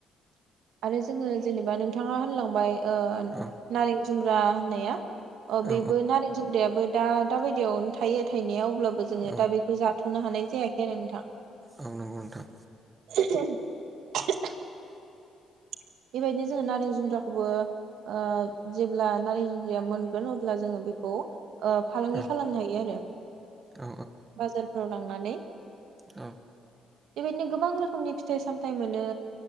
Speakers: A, on the right; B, on the right.
A: आरो जोङो जेनेबा नोंथाङा होनलांबाय ओ
B: औ
A: नारें जुमब्रा होननाया अ
B: औ
A: बेबो नारें जुमब्रायाबो दा दाबायदियावनो थायो थायना याव अब्लाबो जोङो
B: औ
A: दा बेखौ जाथ थ'नो हानाय जायाखै आरो नोंथां
B: औ नंगौ नोंथां
A: <unintelligible> बेबायदिनो जोङो नारें जुमब्राखौबो ओ जेब्ला नारें जुमब्राया मोनगोन अब्ला जोङो बेखौ ओश्रफालांगि
B: औ
A: खालामनो हायो आरो।
B: औ
A: बाजार र' लांनानै
B: औ
A: बेबायदिनो गोबां रोखोमनि फिथाइ सामथाइ मोनो